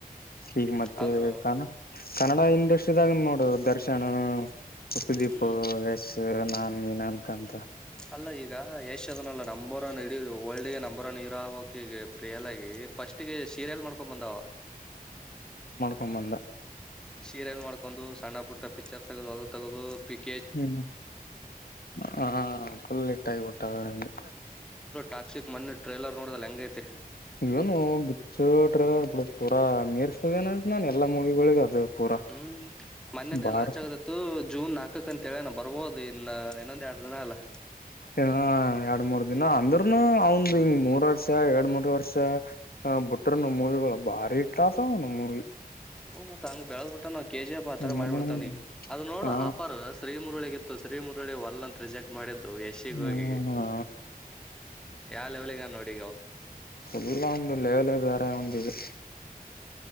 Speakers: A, on the left; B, in the centre.
A: ಈಗ ಮತ್ತೆ
B: ಆದ್ರೂ
A: ಕ ಕನ್ನಡ ಇಂಡಸ್ಟ್ರಿದಾಗ ನೋಡ ದರ್ಶನ್ <unintelligible> ಸುದೀಪ್
B: ಹ್ಮ್
A: ಯಸ್ ನಾ ನೀ ನನ್ ಅನಾಕಂತ.
B: ಅಲ್ಲ ಈಗ ಯಶ್ ಅದನಲ್ಲ ನಂಬರ್ ಒನ್ ಇಡೀ ವರ್ಲ್ಡ್ ಗೆ ನಂಬರ್ ಒನ್ ಹೀರೋ ಆಗಕ್ ಈಗ ರಿಯಲ್ ಆಗಿ. ಫಸ್ಟ್ಗೆ ಸೀರೆಲ್ ಮಾಡ್ಕೊಂಡ್ ಬಂದಾವ ಅವ.
A: ಕಮ್ಮಂದ
B: ಸೀರಿಯಲ್ ಮಾಡ್ಕೊಂಡು ಸಣ್ಣ ಪುಟ್ಟ ಪಿಕ್ಚರ್ ತಗದು ಅದು ತಗೋದು ಪಿಕ್-
A: ಹ್ಮ್ ಹಾ ಫುಲ್ ಹಿಟ್ಟಾಗಿಬಟ್ಟಗೆ
B: ಟಾಕ್ಷಿಕ್ ಮನೆ ಟ್ರೈಲರ್ ನೋಡಿದಲ್ ಹೆಂಗ ಐತಿ.
A: ಏನೋ ಗಿಚ್ಚು ಟ್ರೈಲರ್ ಬಿಡು ಪೂರಾ ಮೀರ್ಸ್ತದೇನಂತ ನಾನ ಎಲ್ಲಾ ಮೂವಿಗಳಿಗೆ ಅದು. ಪೂರಾ
B: ಹ್ಮ್ ಮನನೆೇ
A: ಬಾರಿ
B: ಲಾಂಚ್ ಆಗದಿತ್ತು. ಜೂನ್ ನಾಲ್ಕಕ್ ಅಂತ ನ ಬರ್ಬೋದು ಇನ್ನ ಇನ್ನೊಂದ ಎರಡು ದಿನ ಅಲ್ಲ.
A: ಎರಡ್ ಮೂರ್ ದಿನ ಅಂದ್ರನು ಅವಂದ ಹಿಂಗ್ ಮೂರ್ ವರ್ಷ ಎರಡ್ ಮೂರ್ ವರ್ಷ ಬಿಟ್ರ ನಾವ್ ಮೂವಿಗಳ ಬಾರಿ ಇಟ್ಟ ಆತವ ನ್ ಮೂವಿ
B: ಹ್ಮ್ ಮತ್ತ ಹಂಗ ಬೆಳದ ಬಿಟ್ಟ ನ ಕೆಜಿಎಫ್ ಆತರ
A: ಹ್ಮ್
B: ಮಾಡಿ ಬಿಡ್ತು ಅವನಿಗೆ ಅದು ನೋಡ್
A: ಹಾ
B: ಆಪರ್ ಶ್ರೀ. ಮುರುಳಿಗಿತ್ತು ಶ್ರೀ ಮುರುಳಿ ಅಂತ ರರಿಜೆಕ್ಟ್ ಮಾಡಿದ್ದು ಯಶಿಗ್
A: ನಿಮ್ಮನ್ನ
B: ಹೋಗಿ ಯಾವ ಲೆವೆಲ್ಗ ನೋಡಿ ಈಗ
A: ಎಲ್ಲಾ ಒಂದು ಲೇವಲೆ ಬೇರೆ ಒಂದ ಇದು